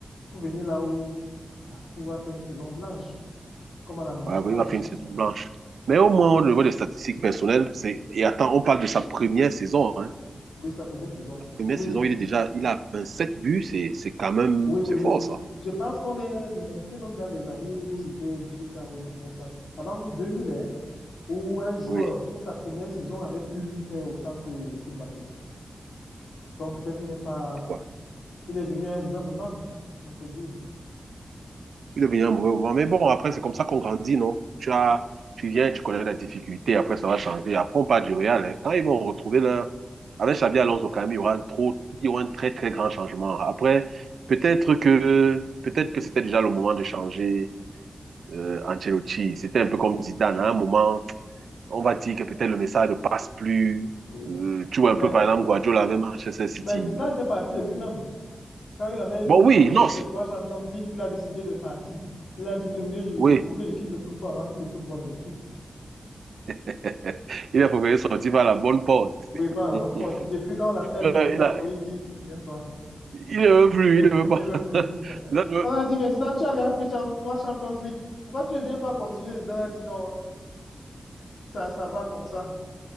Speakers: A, on the left (about 85°); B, on the right (about 85°).
A: Pour venir là où il va faire une saison blanche, comme à la Maison
B: Ouais, oui,
A: Blanche.
B: il a fait une saison blanche.
A: Ouais.
B: Mais au moins, au niveau des statistiques personnelles, c'est... Et attends, on parle de sa première saison, hein.
A: Oui, sa première saison.
B: La première
A: Oui,
B: saison, il est déjà... Il a sept buts, c'est c'est quand même...
A: oui, oui,
B: C'est
A: oui.
B: fort, ça.
A: Je pense qu'on est remonté même dans les années où c'était 18 ans ou 19 ans. Avant deux mille hein, où un joueur,
B: Oui,
A: pour sa première saison, avait pu faire autant que, que Mbappé. Donc peut-être qu'il n'est pas,
B: tu vois.
A: il est venu à un mauvais moment, on peut dire.
B: Il est venu à un mauvais moment. Mais bon, après, c'est comme ça qu'on grandit, non? Tu as... Tu viens, tu connais la difficulté, après, ça va changer. Après, on parle du Real, hein. Quand ils vont retrouver leur... Avec Xabi Alonso, quand même, il y aura un trop... il y aura un très, très grand changement. Après, peut-être que... Peut-être que c'était déjà le moment de changer euh, Ancelotti. C'était un peu comme Zidane, à un moment on va dire que peut-être le message ne passe plus.
A: Oui.
B: Euh, tu vois un
A: Mais,
B: peu, par exemple, Guardiola avec Manchester City.
A: mais Zidane était parti de lui-même. Quand il avait
B: Bon,
A: fini de
B: oui,
A: remporter
B: non, c-
A: ses trois Champions League, il a décidé de partir. Il a dit que mieux, il
B: oui.
A: faut que je quitte le football avant que le football ne me quitte.
B: <laughs> Il a préféré sortir par la bonne porte.
A: Oui, pas
B: <laughs> Il
A: one pot. Depuis quand on l'appelle n'importe
B: a-
A: où, il dit qu'il ne vient pas.
B: il ne veut plus,
A: <laughs>
B: il ne
A: Il
B: veut pas.
A: ne veut
B: <laughs>
A: plus.
B: Il a-
A: On a dit, mais Zidane, tu avais pris cham- trois Champions League. Pourquoi tu ne viens pas continuer? Zidane a dit, non, ça, ça va comme ça.